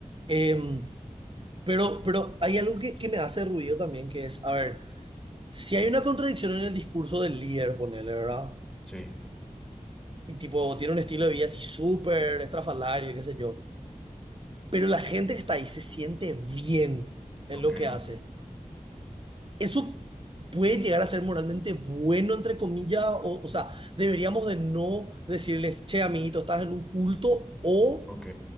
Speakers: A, on the right; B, in the centre.
A: Em, pero, pero hay algo que, que me hace ruido también, que es, a ver, si hay una contradicción en el discurso del líder, ponele, ¿verdad?
B: sí.
A: Y tipo, tiene un estilo de vida así súper estrafalario, qué sé yo. Pero la gente que está ahí se siente bien en
B: Ok,
A: lo que hace. eso puede llegar a ser moralmente bueno, entre comillas, o, o sea, deberíamos de no decirles, che, amiguito, estás en un culto, o
B: ok.